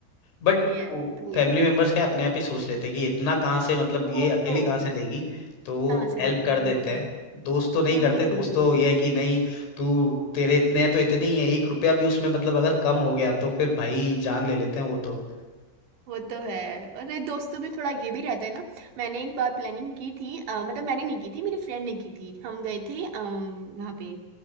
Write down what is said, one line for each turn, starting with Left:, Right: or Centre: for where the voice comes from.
Left: बट
Right: ये है तो
Left: फैमिली
Right: इस
Left: मेंबर्स क्या अपने आप ही सोच लेते हैं कि इतना कहाँ से मतलब
Right: वो
Left: ये अकेली
Right: तो
Left: कहाँ से देगी तो वो
Right: कहाँ से
Left: हेल्प
Right: देगी
Left: कर देते
Right: वो तो
Left: हैं
Right: है
Left: दोस्त तो नहीं
Right: हम्म
Left: करते
Right: हम्म
Left: दोस्त
Right: हम्म
Left: तो ये है कि नहीं तू तेरे इतने हैं तो इतने ही है एक रुपया भी उसमें मतलब अगर कम हो गया तो फिर भाई जान ले लेते हैं वो तो
Right: वो तो है अरे दोस्तों में थोड़ा ये भी रहता है ना मैंने एक बार प्लानिंग की थी अ, मतलब मैंने नहीं की थी मेरी फ्रेंड ने की थी हम गए थे आ, वहाँ पे